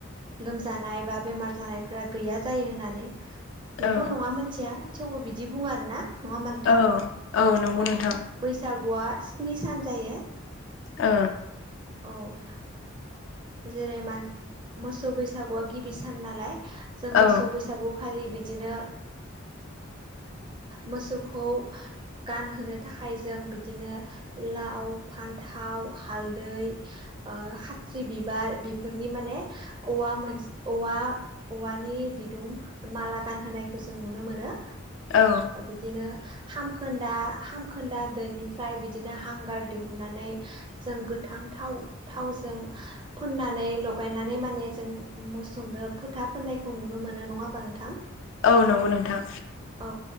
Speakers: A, on the right; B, on the left.
A: लोमजानाय बा बेमार जानायफोरा गैया जायो होननानै नंगौ
B: औ
A: नङा मोनथिया थेवबो बिदि बुङो आरोना नङा होनबा नोंथां
B: औ नंगौ
A: औ
B: नोंथां
A: बैसागुआ स्नि सान जायो
B: ओ
A: औ जेरै मोसौ बैसागुआ गिबि सान नालाय जों
B: औ
A: मोसौ बैसागु खालि बिदिनो मोसौखौ गानहोनो थाखाय जों बिदिनो लाव फान्थाव हालदै खाथ्रि बिबार बिफोरनि माने औवा मोनसे औवा औवानि दिदुं माला गानहोनायखौ जों नुनो मोनो
B: औ
A: बिदिनो खामखोन्दा खामखोन्दा दोनिफ्राय बिदिनो हांगार दिहुननानै जों गोथां थाव थावजों फोननानै लगायनानै माने जों मोसौनो फोथा फोननायखौ नुनो मोनो नङा होमबा नोंथां
B: औ नंगौ नोंथां
A: औ